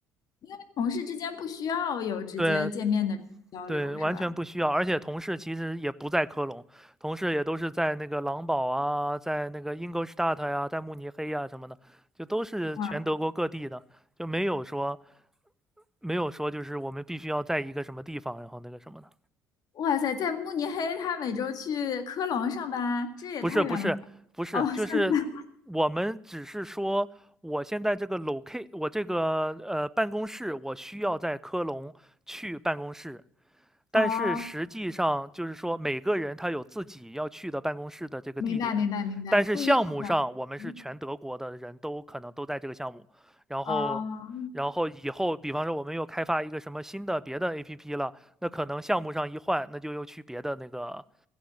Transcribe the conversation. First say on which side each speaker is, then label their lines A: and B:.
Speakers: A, on the left; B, in the centre.
A: 因为同事之间不需要有直接见面的交流，
B: 对对，完全不需要。
A: 是吧？
B: 而且同事其实也不在科隆，同事也都是在那个狼堡啊，在那个 Ingolstadt 呀、在慕尼黑呀、什么的，就都是全德国各地的，
A: 哇
B: 就没有说没有说就是我们必须要在一个什么地方，然后那个什么的。
A: 哇塞，在慕尼黑，他每周去科隆上班，这也太远了吧？
B: 不是不是不是，
A: 哦，
B: 就是
A: 下次，
B: 我们只是说，我现在这个 locate，我这个呃办公室，我需要在科隆去办公室，但是实际上就是说，
A: 哦，
B: 每个人他有自己要去的办公室的这个地点，
A: 明白明白明白，
B: 但是项目上我们是全德国的人都可能都在这个项目，
A: 不一样的，嗯
B: 然后，
A: 哦。
B: 然后以后比方说我们又开发一个什么新的别的 APP 了，那可能项目上一换，那就又去别的那个